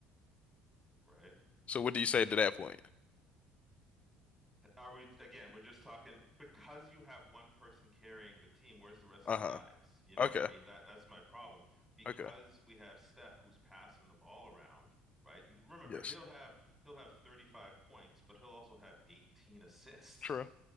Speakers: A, in the centre; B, on the left.
A: right?
B: So what do you say to that point?
A: Are we again? We're just talking because you have one person carrying the team. Where's the rest
B: Uh-huh.
A: of the guys? You know
B: Okay.
A: what I mean? That that's my problem. Because
B: Okay.
A: we have Steph who's passing the ball around, right? And Remember,
B: Yes.
A: he'll have he'll have 35 points, but he'll also have 18 assists.
B: True.